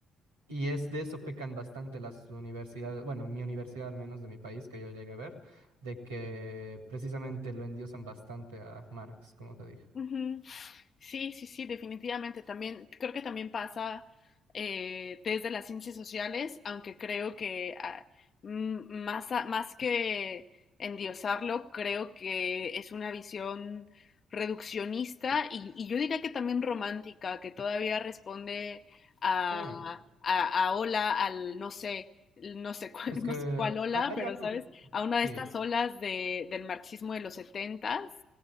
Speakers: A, on the right; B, on the left.
A: Y es de eso pecan bastante las universidades, bueno, mi universidad al menos de mi país que yo llegué a ver, de que precisamente lo endiosan bastante a Marx, como te dije.
B: Ujú. Sí, sí, sí, definitivamente. También creo que también pasa eh, desde las ciencias sociales, aunque creo que ah, m- más, a- más que endiosarlo, creo que es una visión reduccionista y, y yo diría que también romántica, que todavía responde a,
A: Sí,
B: a, a ola, al no sé, no sé cuál,
A: es que
B: <laughs> no sé cuál ola,
A: ha- hay
B: pero
A: algo,
B: sabes, a una de
A: sí.
B: estas olas de, del marxismo de los setentas